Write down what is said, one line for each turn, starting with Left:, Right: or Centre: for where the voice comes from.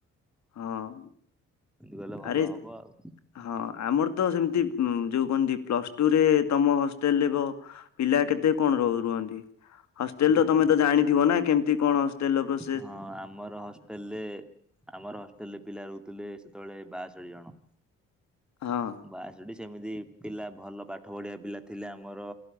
Left: ହଁ
Centre: ଗଲେ ଭଲ
Left: ଆରେ
Centre: ହବ ଆଉ।
Left: ହଁ ଆମର ତ ସେମିତି ଉଁ ଯୋଉ କଣତି ପ୍ଲସ୍ଟୁରେ ତମ ହଷ୍ଟେଲରେ କ ପିଲା କେତେ କଣ ରହୁ ରୁହନ୍ତି? ହଷ୍ଟେଲର
Centre: ଆମ
Left: ତ ତମେ ତ ଜାଣିଥିବ ନା କେମତି କଣ ହଷ୍ଟେଲର ଅବସ୍
Centre: ହଁ ଆମର ହଷ୍ଟେଲରେ ଆମର ହଷ୍ଟେଲରେ ପିଲା ରହୁଥିଲେ ସେତେବେଳେ ବାଆଷଠି ଜଣ।
Left: ହଁ
Centre: ବାଆଷଠି ସେମିତି ପିଲା ଭଲ ପାଠ ପଢ଼ିବା ପିଲା ଥିଲେ ଆମର